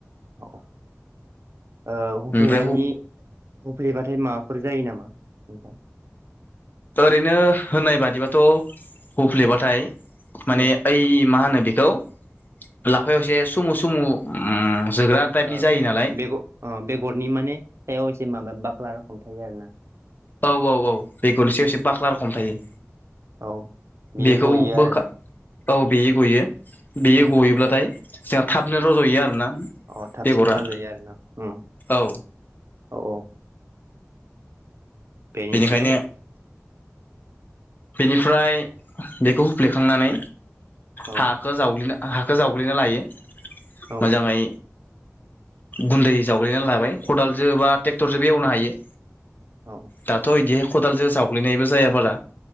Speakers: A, on the right (about 60°); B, on the left (about 40°).
A: ओ हुफ्लेनायनि
B: ओमफ्राय
A: हुफ्लेबाथाय माबाफोर जायो नामा नोंथां
B: ओरैनो होननाय बादिबाथ हुफ्लेबाथाय माने
A: औ
B: ओइ मा होनो बेखौ लाफायावसे सुमु सुमु जोग्रा टाइपनि
A: ओ
B: जायो नालाय
A: बेगर ओ बेगरनि माने सायाव एसे माबा बाख्ला रखम थायो आरोना
B: औ औ औ बेगरनि सायाव एसे बाख्ला रखम थायो
A: औ बियो
B: बेखौ
A: गयो
B: बोखा
A: आरोना
B: औ बेयो गयो बेयो
A: औ
B: गयोब्लाथाय जोंहा थाबनो रजयो आरोना
A: अ थाबसिन
B: बेगरा
A: रज'यो आरोना उम
B: औ
A: औ औ बेनिफ्राय
B: बेनिखायनो बेनिफ्राय बेखौ हुफ्लेखांनानै
A: औ
B: हाखौ जावग्लिनो हाखखौ जावग्लिना लायो
A: औ
B: मोजाङै गुन्दै जावग्लिनानै लाबाय खदालजों बा ट्रेक्टरजोंबो एवनो हायो।
A: औ
B: दाथ' इदिहाय खदालजों जावग्लिनायबो जायाबारा